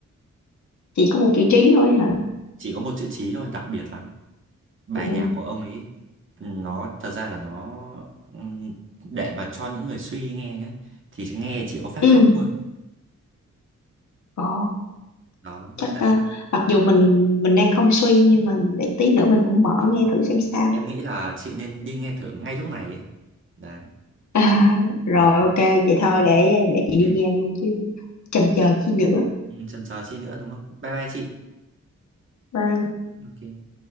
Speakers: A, on the left; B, on the right.
A: chỉ có một chữ trí thôi hả
B: chỉ có một chữ Chí thôi đặc biệt lắm bài
A: Ồ.
B: nhạc của ông ấy nó thật ra là nó ừm, để mà cho những người suy nghe nhá thì nghe chỉ có phát
A: Ừ.
B: khóc thôi
A: Ồ.
B: đó
A: Chắc
B: nên là
A: ờ,
B: em
A: mặc dù mình mình đang không suy nhưng mà để tí nữa mình cũng mở
B: đúng
A: nghe
B: rồi
A: thử xem sao.
B: em nghĩ là chị nên đi nghe thử ngay lúc này ấy. đấy
A: À, rồi
B: nó
A: ok vậy thôi để để
B: ok
A: chị đi nghe luôn chứ chần chờ chi nữa.
B: ừ, chần chờ chi nữa đúng không bye bye chị
A: Bye.
B: ok